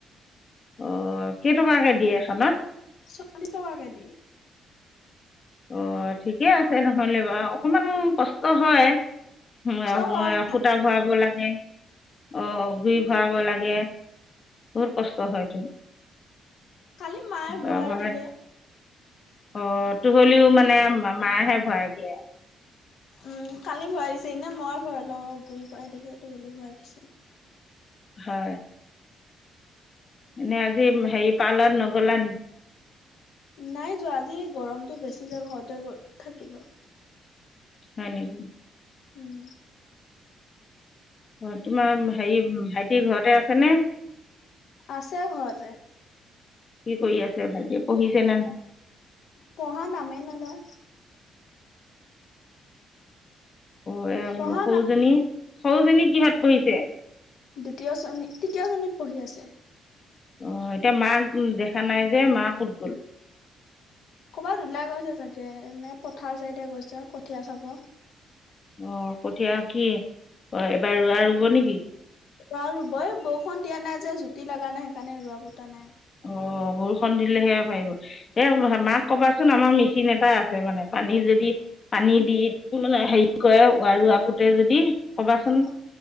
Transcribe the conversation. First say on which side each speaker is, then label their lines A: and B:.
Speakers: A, on the left; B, on the left.
A: অ'কেইটকাকে দিয়ে এখনত?
B: চল্লিস টকাকে দিয়ে।
A: অ' ঠিকে আছে নহলে বাৰু অকমান কষ্ট হয় মই,
B: কষ্ট
A: মই
B: হয়
A: সূতা ভৰাব লাগে অ' গৰি ভৰাব লাগেৰুই
B: উম
A: ভৰাব লাগে। বহুত কষ্ট হয়তো।
B: কালি মায়ে
A: <unintelligible>
B: ভৰাই দিলে
A: অ', তু হলিও মানে মায়েহে ভৰাই দিয়ে।
B: উম, কালি ভৰাই দিছে এনে মই ভৰাই লওঁ ঘূৰি ভৰাই দিছো ত গলি ভৰাই দিছো। <unintelligible>
A: হয়। এনে আজি হেৰি পাৰ্লাৰত নগলানি?
B: নাই যোৱা আজি গৰমটো বেছি যে ঘৰতে থাকিলো।
A: হয় নেকি?
B: উম,
A: অ'অ' তোমাৰ হেৰি ভাইটি ঘৰতে আছেনে?
B: আছে ঘৰতে।
A: কি কৰি আছে ভাইটি পঢ়িছে নে নাই?
B: পঢ়া নামে নলয়।
A: অ'অ' এ
B: পঢ়া
A: সৰুজনী,
B: নাম
A: সৰুজনী কিহত পঢ়িছে?
B: দ্বিতীয় শ্ৰেণী, তৃতীয় শ্ৰেণীত পঢ়ি আছে।
A: অ' এতিয়া মাক দেখা নাই যে মা কত গ'ল।
B: ক'ৰবাত ওলাই গৈছে চাগে এনে পথাৰ চাইডে গৈছে কঠীয়া চাব।
A: অ' কঠীয়া কি অ' এবাৰ ৰোৱা ৰুব নেকি?
B: ৰোৱা ৰুব এই বৰষুন দিয়া নাই যে জুতি লাগা নাই সেইকাৰণে ৰোৱা বুতা নাই।
A: অ' বৰষুন দিলেহে পাৰিব। এ মাক কবাচোন আমাৰ মিটিং এটা আছে মানে পানী যদি পানী দি মানে হেৰি কৰে আৰু আপোতে যদি কবাচোন।
B: অ